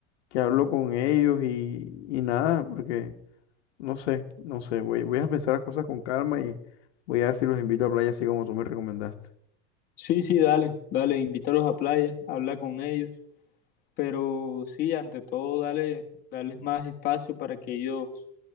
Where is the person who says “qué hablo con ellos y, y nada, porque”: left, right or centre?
Left